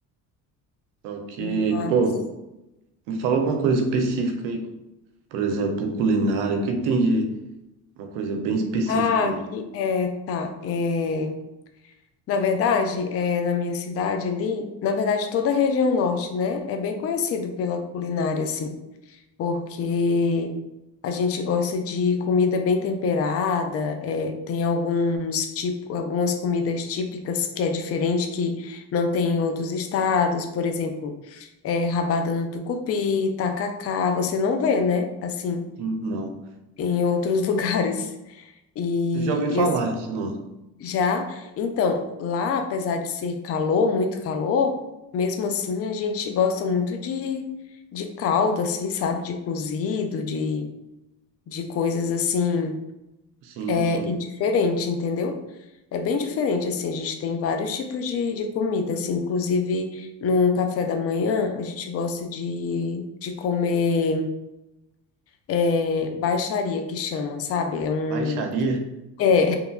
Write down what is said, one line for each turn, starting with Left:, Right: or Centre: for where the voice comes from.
Right: Só que,
Left: mas...
Right: pô, me fala alguma coisa específica aí. Por exemplo, culinária. O que que tem de uma coisa bem específica
Left: Ah,
Right: aí?
Left: aqui, é, tá. É, na verdade, é, na minha cidade ali, na verdade, toda a região norte, né? É bem conhecido pela culinária, assim. porque a gente gosta de comida bem temperada, é, tem alguns tipo, algumas comidas típicas que é diferente, que não tem em outros estados, por exemplo, é, rabada no tucupi, tacacá, você não vê, né? Assim,
Right: Sim, não.
Left: em outros <laughs> lugares. E,
Right: Eu já ouvi falar
Left: e assim,
Right: isso, não.
Left: já, então, lá, apesar de ser calor, muito calor, mesmo assim a gente gosta muito de, de caldo, assim, sabe? De cozido, de de coisas assim,
Right: Sim,
Left: é,
Right: sim.
Left: e diferente, entendeu? É bem diferente, assim, a gente tem vários tipos de, de comida, assim, inclusive no café da manhã, a gente gosta de, de comer é, baixaria, que chama, sabe? É um...
Right: Baixaria?
Left: É,